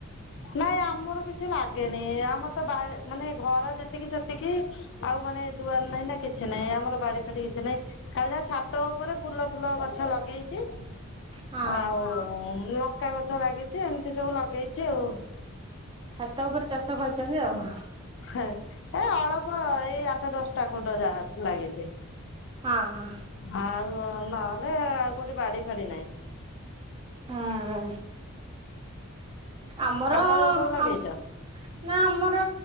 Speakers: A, on the left (about 60°); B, on the right (about 25°).
A: ନାଇଁ ଆମର କିଛି ଲାଗେନି ଆମର ତ ବାହାରେ ମାନେ ଘର ଯେତେ ଯେତିକି ସେତିକି ଆଉ ମାନେ ଦୁଆର ନାହିଁ ନା କି କିଛି ନାଇଁ ଆମର ବାଡି ଫାଟି କିଛି ନାହିଁ ଖାଲି ଯାହା ଛାତ ଉପରେ ଫୁଲ ଫୁଲ ଗଛ ଲଗେଇଛି।
B: ହଁ
A: ଆଉ ଲଙ୍କା ଗଛ ଲାଗିଛି ଏମିତି ସବୁ ଲଗେଇଛି ଆଉ।
B: ଛାତ ଉପରେ ଚାଷ କରିଛନ୍ତି ଆଉ।
A: ଏ ଅଳ୍ପ ଏଇ ଆଠ ଦଶଟା କୁଣ୍ଡ ଯାହା ଲାଗିଛି।
B: ହଁ ହଁ।
A: ଆଉ ନହେଲେ ଆଉ କୋଉଠି ବାଡି ଫାଡି ନାହିଁ।
B: ହୁଁ ଆମର
A: ତମର ସବୁ ଲଗେଇଛ
B: ଆ ନା ଆମର